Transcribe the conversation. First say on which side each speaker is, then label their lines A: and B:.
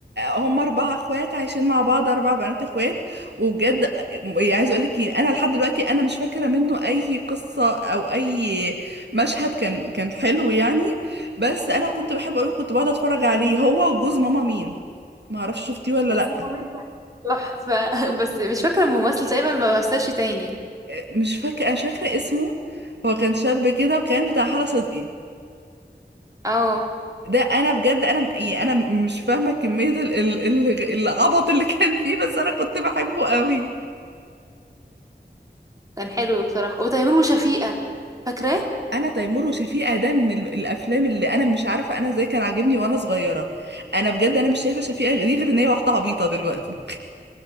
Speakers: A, on the right; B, on the right.
A: هم اربع اخوات عايشين مع بعض اربع بنات اخوات وبجد يعني عايز اقول لك إيه، انا لحد دلوقتي انا مش فاكره منه اي قصه او اي مشهد كان كان حلو يعني بس انا كنت بحبه قوي كنت بقعد اتفرج عليه هو وجوز ماما مين ما اعرفش شفتيه ولا
B: بص
A: لا
B: هو أنت تحفة <laughs> بس مش فاكرة الممثل تقريبا ما مثلش تاني
A: مش فاكره مش فاكره اسمه هو كان شاب كده وكان بتاع حلا صدقي
B: اه
A: ده انا بجد انا انا مش فاهمه كميه ال- ال- ال- العبط اللي كان فيه بس انا كنت بحبه قوي
B: كان حلو بصراحة وتيمور وشفيقة فاكراه؟
A: انا تيمور وشفيقة ده من ال- الافلام اللي انا مش عارفه انا ازاي كان عاجبني وانا صغيره انا بجد انا مش شايفه شفيقة دي غير ان هي واحده عبيطه دلوقتي